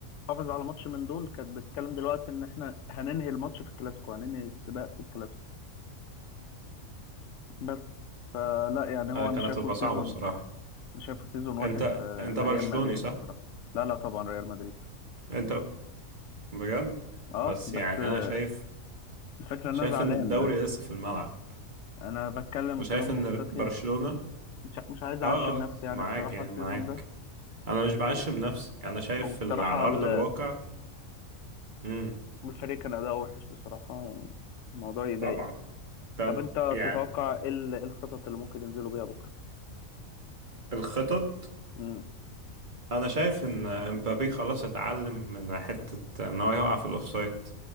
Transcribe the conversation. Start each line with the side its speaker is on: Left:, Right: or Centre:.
Left: حافظ على ماتش من دول كانت بتتكلم دلوقتي ان احنا هننهي الماتش في الكلاسيكو هننهي السباق في الكلاسيكو بس فلا يعني هو
Right: آه كانت
Left: انا شايفه
Right: تبقى صعبة
Left: سيزون
Right: بصراحة
Left: انا شايفه سيزون وحش
Right: انت
Left: آه،
Right: انت
Left: لريال
Right: برشلوني
Left: مدريد
Right: صح
Left: بصراحة لا لا طبعا ريال مدريد
Right: انت بجد
Left: اه
Right: بس
Left: بس
Right: يعني
Left: آه،
Right: انا شايف
Left: الفكرة ان
Right: شايف
Left: انا زعلان
Right: ان الدوري
Left: يعني
Right: لسه في الملعب
Left: انا بتكلم
Right: وشايف
Left: كلام
Right: ان
Left: منطقي
Right: برشلونة
Left: مش مش عايز اعشم
Right: اه اه
Left: نفسي يعني
Right: معاك
Left: بصراحة
Right: يعني
Left: السيزون
Right: معاك
Left: ده
Right: انا مش بعشم
Left: و...
Right: نفسي انا شايف
Left: وبصراحة
Right: ال- على ارض
Left: ال-
Right: الواقع امم
Left: الفريق كان اداؤه وحش بصراحة يعني الموضوع يضايق
Right: طبعا طب
Left: طب انت
Right: يعني
Left: تتوقع ايه ال- إيه الخطط اللي ممكن ينزلوا بيها بكرة
Right: الخطط
Left: امم
Right: انا شايف ان امبابي خلاص اتعلم من حتة ان هو يقع في الاوفسايد